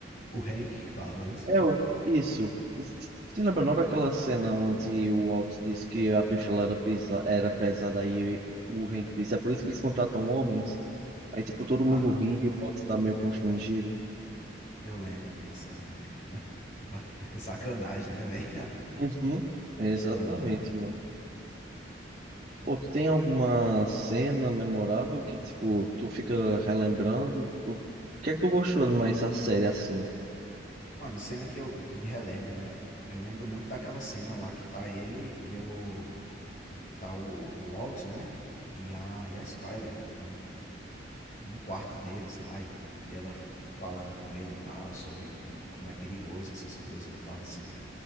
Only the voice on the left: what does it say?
o, o Hank falava isso?
Ah,
nossa.
Eu lembro disso, eu lembro. Que, ba- <laughs> que sacanagem, né, velho?
<laughs> Danada.
Mano, cena que eu que me relembro, né? Eu lembro muito daquela cena lá que tá ele e o. Tá o, o Walt, né? E a, e a Skyler no, no quarto deles lá. E, e ela f- falando com ele e tal, sobre como como é perigoso essas coisas. Ele fala assim: